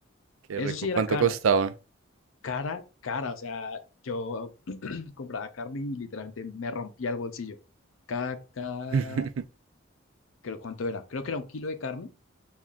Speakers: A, on the right; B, on the left.
A: qué
B: Eso
A: rico.
B: sí
A: ¿Cuánto
B: era cara,
A: costaba?
B: cara, cara, o sea, yo <clears throat> compraba carne y literalmente me rompía el bolsillo. Cada, cada
A: <laughs>
B: creo, ¿cuánto era? Creo que era un kilo de carne,